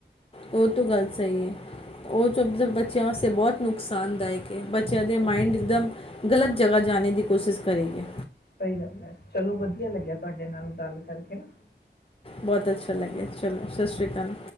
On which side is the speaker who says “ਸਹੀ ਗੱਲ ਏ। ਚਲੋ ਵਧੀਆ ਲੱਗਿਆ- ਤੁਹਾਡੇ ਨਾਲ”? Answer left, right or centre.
Left